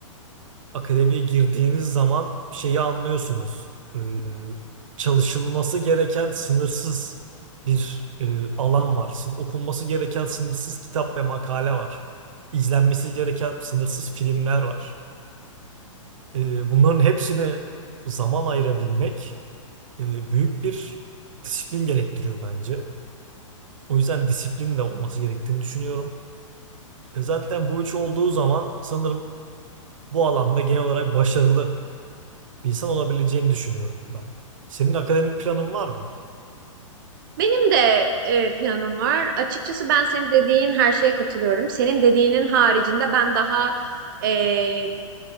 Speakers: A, on the right; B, on the right.
A: akademiye girdiğiniz zaman şeyi anlıyorsunuz. E, çalışılması gereken sınırsız bir e, alan var. Sın- Okunması gereken sınırsız kitap ve makale var. İzlenmesi gereken sınırsız filmler var. E, bunların hepsini zaman ayırabilmek e, büyük bir disiplin gerektiriyor bence. O yüzden disiplin de olması gerektiğini düşünüyorum. E, zaten bu üç olduğu zaman sanırım bu alanda genel olarak başarılı bir insan olabileceğini düşünüyorum ben. Senin akademik planın var mı?
B: Benim de e, planım var. Açıkçası ben senin dediğin her şeye katılıyorum. Senin dediğinin haricinde ben daha e,